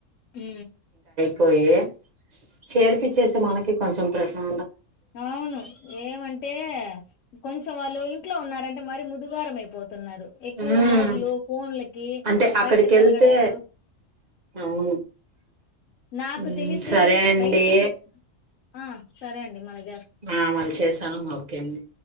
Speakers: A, on the left; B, on the right.
A: హ
B: పోయిే చేర్పిచ్చేసి మనకి కొంచెం కేసా
A: అవును ఏమంటే కొంచెం వాళ్ళు ఇంట్లో ఉన్నారండి మరి ముదుగాారమైపోతు ఎక్కువ
B: మ్మ్
A: నోర్లు ఫన్లకి
B: అంటే అక్కడికి
A: బయట
B: వెళ్తే
A: తిరగడాలు
B: అవును
A: నాకు
B: ఉమ్
A: తెలిసి
B: సరే అండి
A: బయటికి ఆ సరే అండి మళ
B: ఆ మళ్ళీ చేశాను ఓకే అండి